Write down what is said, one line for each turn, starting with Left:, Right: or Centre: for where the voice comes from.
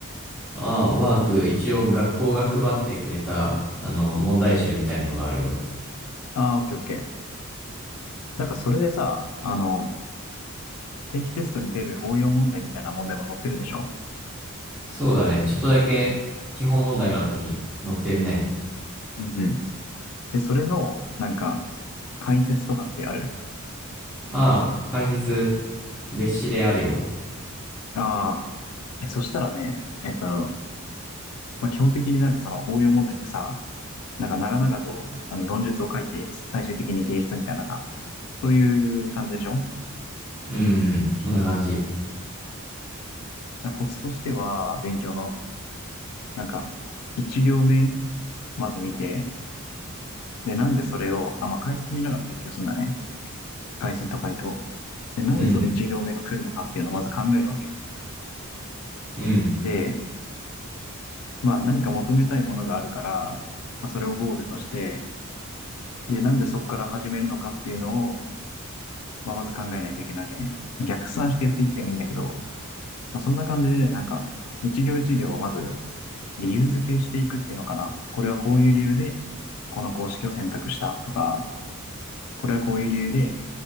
Centre: ああ、ワーク、一応学校が配ってくれた、あの、問題集みたいなのがあるよ。
Left: ああ、オッケーオッケー。なんかそれでさ、あの、定期テストに出る応用問題みたいな問題も載ってるでしょ
Centre: そうだね。ちょっとだけ基本問題の後に載ってるね。
Left: うんうん。で、それの、なんか、解説とかってある
Centre: ああ、解説、別紙であるよ。
Left: ああ。え、そしたらね、えっと、まあ、基本的になんかその応用問題でさ、なんか長々とあの論述を書いて最終的に提出みたいなのが、そういう感じでしょ
Centre: うんうん、そんな感じ。
Left: なコツとしては、勉強の、なんか、一行目、まず見て、で、なんでそれを、あ、まあ、解説見ながら勉強するんだね。解説と回答。で、なんでその一行目が来るのかっていうのをまず考えるわけよ。
Centre: うん、うん。
Left: で、まあ、何か求めたいものがあるから、まあ、それをゴールとして、で、なんでそこから始めるのかっていうのを、まあ、まず考えないといけないわけね。逆算してやっていってもいいんだけど、まあ、そんな感じで、なんか、一行一行をまず理由付けしていくっていうのかな。これはこういう理由で、この公式を選択したとか、これはこういう理由で、